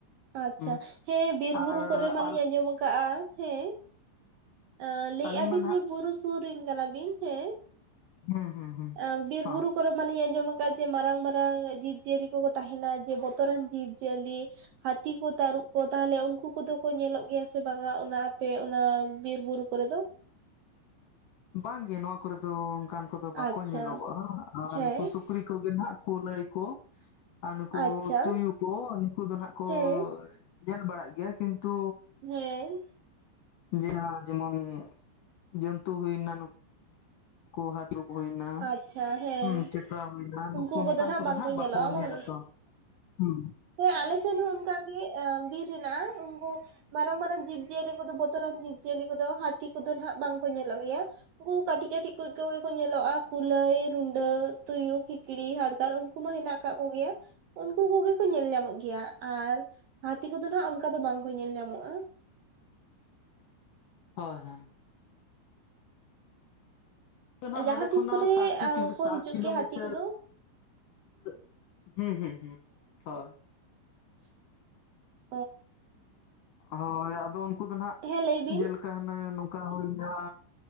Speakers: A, on the right (about 70°); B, on the left (about 70°).
A: ᱟᱪᱪᱷᱟ
B: ᱦᱩᱸ
A: ᱦᱮᱸ ᱵᱤᱨ
B: ᱟᱨ
A: ᱵᱩᱨᱩ ᱠᱚᱨᱮ ᱢᱟᱞᱤᱧ
B: ᱟᱞ
A: ᱟᱸᱡᱚᱢ ᱟᱠᱟᱫᱼᱟ ᱦᱮᱸ᱾ ᱮᱸ ᱞᱟᱹᱭᱮᱜᱼᱟ
B: ᱟᱹᱞᱤᱧ ᱢᱟ
A: ᱵᱤᱱ
B: ᱱᱟᱦᱟᱜ
A: ᱡᱮ ᱵᱩᱨᱩ ᱥᱩᱨ ᱨᱮᱱ ᱠᱟᱱᱟ ᱵᱤᱱ, ᱦᱮ
B: ᱦᱩᱸ ᱦᱩᱸ ᱦᱩᱸ
A: ᱟ ᱵᱤᱨ
B: ᱦᱚᱸ
A: ᱵᱩᱨᱩ ᱠᱚᱨᱮ ᱢᱟᱞᱤᱧ ᱟᱸᱡᱚᱢ ᱟᱠᱟᱫ ᱡᱮ ᱢᱟᱨᱟᱝ ᱢᱟᱨᱟᱝ ᱡᱤᱵᱽ ᱡᱤᱭᱟᱹᱞᱤ ᱠᱚᱠᱚ ᱛᱟᱸᱦᱮᱱᱟ ᱡᱮ ᱵᱚᱛᱚᱨᱟᱱ ᱡᱤᱵᱽ ᱡᱤᱭᱟᱹᱞᱤ᱾ ᱦᱟᱹᱛᱤ ᱠᱚ ᱛᱟᱹᱨᱩᱵ ᱠᱚ ᱛᱟᱦᱚᱞᱮ ᱩᱱᱠᱩ ᱠᱚᱫᱚ ᱠᱚ ᱧᱮᱞᱚᱜ ᱜᱮᱭᱟ ᱥᱮ ᱵᱟᱝᱟ ᱚᱱᱟ ᱟᱯᱮ ᱚᱱᱟ ᱵᱤᱨ ᱵᱩᱨᱩ ᱠᱚᱨᱮ ᱫᱚ?
B: ᱵᱟᱝ ᱜᱮ ᱱᱚᱣᱟ ᱠᱚᱨᱮ ᱫᱚ ᱚᱱᱠᱟᱱ ᱠᱚᱫᱚ ᱵᱟᱠᱚ
A: ᱟᱪᱪᱷᱟ
B: ᱧᱮᱞᱚᱜᱚᱜᱼᱟ, ᱟᱨ
A: ᱦᱮᱸ
B: ᱱᱩᱠᱩ ᱥᱩᱠᱨᱤ ᱠᱚ ᱜᱮ ᱱᱟᱜ ᱠᱩᱞᱟᱹᱭ ᱠᱚ᱾ ᱟᱨ ᱱᱩᱠᱩ
A: ᱟᱪᱪᱷᱟ
B: ᱛᱩᱭᱩ ᱠᱚ ᱱᱩᱠᱩ ᱫᱚ ᱱᱟᱜ ᱠᱚᱻ
A: ᱦᱮᱸ
B: ᱧᱮᱞ ᱵᱟᱲᱟᱜ ᱜᱮᱭᱟ, ᱠᱤᱱᱛᱩ
A: ᱦᱮᱸ
B: ᱡᱮ ᱡᱮᱢᱚᱱ ᱡᱚᱱᱛᱩ ᱦᱩᱭᱱᱟ ᱱᱩᱠ᱾ ᱠᱚ ᱦᱟᱛ ᱫᱲᱩᱵ ᱦᱩᱭᱱᱟ,
A: ᱟᱪᱪᱷᱟ ᱦᱮᱸ
B: ᱦᱩ ᱪᱮᱴᱨᱟ ᱦᱩᱭᱱᱟ ᱱᱩᱠᱩ
A: ᱩᱱᱠᱩ
B: ᱱᱚᱝᱠᱟᱱ
A: ᱱᱟᱜ
B: ᱠᱚᱫᱚ
A: ᱵᱟᱝᱠᱚ
B: ᱱᱟᱜᱷ ᱵᱟᱠᱚ
A: ᱧᱮᱞᱚᱜᱼᱟ ᱵᱟᱝ
B: ᱧᱮᱞ ᱟᱠᱟᱣᱱᱟ᱾ ᱦᱩᱸ
A: ᱦᱮᱸ ᱟᱞᱮ ᱥᱮᱱ ᱦᱚᱸ ᱚᱱᱠᱟ ᱜᱮ ᱮ ᱵᱤᱨ ᱦᱮᱱᱟᱜᱼᱟ, ᱩᱱᱠᱩ ᱢᱟᱨᱟᱝ ᱢᱟᱨᱟᱝ ᱡᱤᱵᱽ ᱡᱤᱭᱟᱹᱞᱤ ᱠᱚᱫᱚ ᱵᱚᱛᱚᱨᱟᱱ ᱡᱤᱵᱽ ᱡᱤᱭᱟᱹᱞᱤ ᱠᱚᱫᱚ ᱦᱟᱹᱛᱤ ᱠᱚᱫᱚ ᱱᱟᱜ ᱵᱟᱝ ᱠᱚ ᱧᱮᱞᱚᱜ ᱜᱮᱭᱟ᱾ ᱩᱱᱠᱩ ᱠᱟᱹᱴᱤᱡ ᱠᱟᱹᱴᱤᱡ ᱠᱩᱡ ᱠᱚᱜᱮ ᱠᱚ ᱧᱮᱞᱚᱜᱼᱟ᱾ ᱠᱩᱞᱟᱹᱭ, ᱨᱩᱰᱟᱹ, ᱛᱩᱭᱩ, ᱠᱷᱤᱠᱲᱤ, ᱦᱟᱰᱜᱟᱨ ᱩᱱᱠᱩ ᱢᱟ ᱦᱮᱱᱟᱜ ᱟᱠᱟᱫ ᱠᱚᱜᱮᱭᱟ᱾ ᱩᱱᱠᱩ ᱠᱚᱜᱮ ᱠᱚ ᱧᱮᱞ ᱧᱟᱢᱚᱜ ᱜᱮᱭᱟ ᱟᱨ ᱦᱟᱹᱛᱤ ᱠᱚᱫᱚ ᱦᱟᱜ ᱚᱱᱠᱟ ᱫᱚ ᱵᱟᱝ ᱠᱚ ᱧᱮᱞ ᱧᱟᱢᱚᱜᱼᱟ᱾
B: ᱦᱳᱭ ᱦᱳᱭ᱾ ᱱᱤᱛ ᱫᱚᱱᱟᱜ
A: ᱡᱟᱦᱟᱸ
B: ᱱᱚᱸᱰᱮ
A: ᱛᱤᱥ
B: ᱠᱷᱚᱱᱟᱜ
A: ᱠᱚᱨᱮ
B: ᱥᱟᱴᱴᱤ ᱠᱤᱞᱳ
A: ᱠᱚ
B: ᱥᱟᱴ
A: ᱦᱤᱡᱩᱜ
B: ᱠᱤᱞᱳᱢᱤᱴᱟᱨ᱾
A: ᱜᱮᱭᱟ ᱦᱟᱹᱛᱤ ᱠᱚᱫᱚ
B: <inaudible> ᱦᱮᱸ ᱦᱮᱸ ᱦᱮᱸ ᱦᱳᱭ᱾
A: <inaudible>
B: ᱦᱳᱭ ᱟᱫᱚ ᱩᱱᱠᱩ ᱫᱚ ᱱᱟᱸᱦᱜ
A: ᱦᱮᱸ ᱞᱟᱹᱭ ᱵᱤᱱ
B: ᱡᱮᱞ ᱠᱟᱱ ᱱᱚᱝᱠᱟ ᱦᱩᱭᱱᱟ,